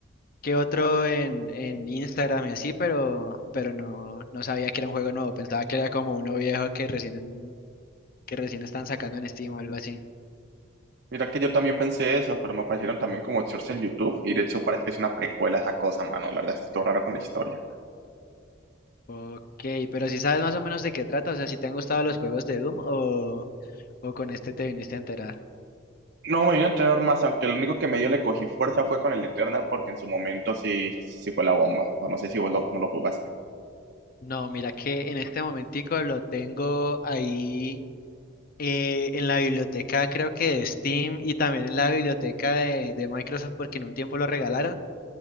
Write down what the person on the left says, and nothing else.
que otro en, en Instagram y así, pero, pero no, no sabía que era un juego nuevo. Pensaba que era como uno viejo que recién, que recién están sacando en Steam o algo así.
Ok, pero si sabes más o menos de qué trata, o sea, si te han gustado los juegos de Doom o, o con este te viniste a enterar.
No, mira que en este momentico lo tengo ahí eh, en la biblioteca creo que de Steam y también en la biblioteca de, de Microsoft porque en un tiempo lo regalaron,